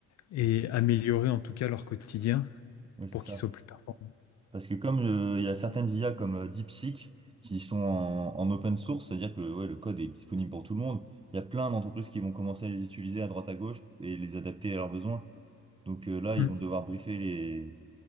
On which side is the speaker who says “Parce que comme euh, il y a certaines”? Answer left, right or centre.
Right